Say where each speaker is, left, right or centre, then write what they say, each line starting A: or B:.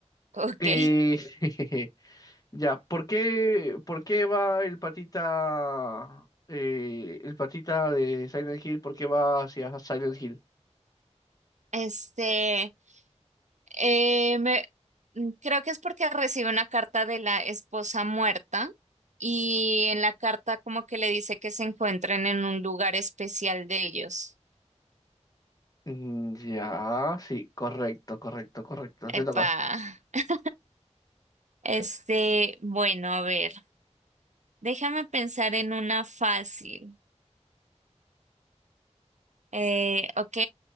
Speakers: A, on the right; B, on the left.
A: Ok,
B: Eh, <laughs> ya, ¿por qué, por qué va el patita, eh, el patita de Silent Hill? ¿Por qué va hacia Silent Hill?
A: <laughs> este, eh, me- mm, creo que es porque recibe una carta de la esposa muerta y en la carta como que le dice que se encuentren en un lugar especial de ellos.
B: Mm, ya, sí, correcto, correcto, correcto. Te
A: Epa,
B: toca.
A: <laughs> este, bueno, a ver, déjame pensar en una fácil. Eh, ok.